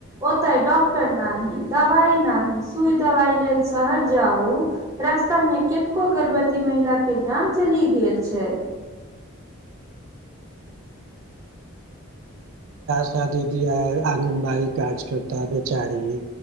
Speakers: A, on the right; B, on the right.
A: ओतय डॉक्टर नाही दबाइ नाही सुइ दवाइ लेल शहर जाउ रास्ता मे केतको गर्भवती महिला के जान चली गेल छै। <inaudible>
B: शादी बियाह आंगनबाड़ी कार्यकर्ता बेचारी